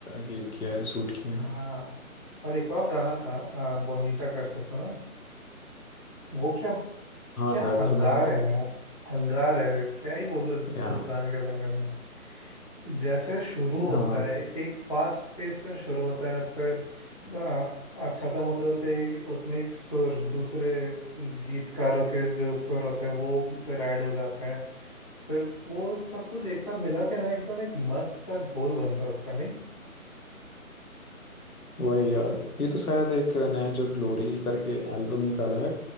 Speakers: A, on the left (about 85°); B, on the left (about 20°).
A: ये किया है शूट किए हैं
B: हाँ और एक और गाना था आ, बोनीटा करके सुना वो क्या
A: हाँ
B: क्या
A: शायद
B: अंगार
A: सुना है
B: है यार अंगार है क्या ही बोलूं उस,
A: या
B: उस गाने के बारे में जैसे शुरू होता
A: हाँ
B: है एक फास्ट पेस में शुरू होता है और फिर आ, आ, खत्म होते होते उसमें एक सुर दूसरे गीतकारों के जो सुर होते हैं वो फिर ऐड हो जाते हैं फिर वो सब कुछ एक साथ मिला के ना एकदम एक मस्त सा घोल बनता है उसका नहीं
A: वही यार ये तो शायद एक नया जो ग्लोरी करके एल्बम निकाला है